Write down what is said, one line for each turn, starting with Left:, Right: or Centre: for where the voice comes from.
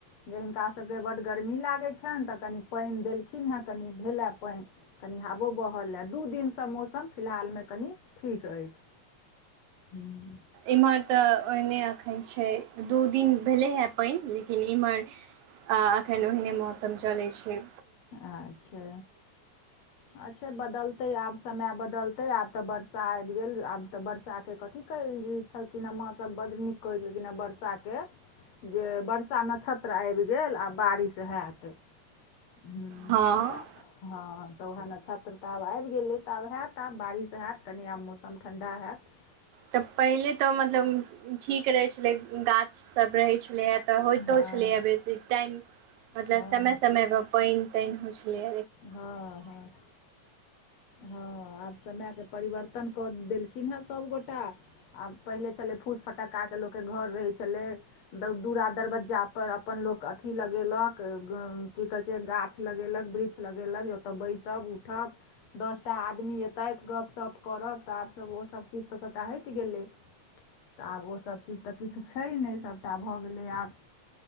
Left: जे हिनका सभके बड्ड गर्मी लागैत छनि तऽ कनि पाइन देलखिन हे कनि भेले पाइन। कनि हाबो बहल हए, दू दिनसँ मौसम फिलहालमे कनि ठीक रहय छैय। हूँ।
Right: एम्हर तऽ ओहिने एखन छैय, दू दिन भेलै हे पइन लेकिन एम्हर आ एखन ओहिने मौसम चलै छैय।
Left: अच्छा। अच्छा बदलतै आब समय बदलतै आब तऽ वर्षा आबि गेल आब तऽ वर्षाके कथी कयल छलखिन हेँ माँ सब बड्ड नीक कहै छलखिन हेँ बरषा के। जे वर्षा नक्षत्र आबि गेल आब बारिश हैत। हूँ
Right: हँ।
Left: तऽ हँ तऽ ओह नक्षत्र तऽ आब आबि गेलै तऽ आब हैत आब बारिश हैत कनि आब मौसम ठण्डा हैत।
Right: तऽ पहिले तऽ मतलब ठीक रहै छलै गाछसभ रहै छलै हँ। तऽ होइतो
Left: हँ
Right: छलै ह बेसी, टाईम मतलब
Left: हँ
Right: समय-समय पर पइन तानि होइ छलै।
Left: हँ- हँ। हां आब समय के परिवर्तन कऽ देलखिन हे सब गोटा। आब पहिले छलै फूस-फटक्का के लोक के घर रहै छलै। द दूरा दरवज्जा पर अपन लोक अथी लगेलक ग की कहै छै गाछ लगेलक वृछ लगे-लगे ओतऽ बैसब उठब। दस टा आदमी अयतैथ गपशप करब तऽ आब सब ओसब चीज तऽ सभटा हैट गेलै। तऽ आब ओसब चीज तऽ किछु छै नै सबटा भऽ गेलै आब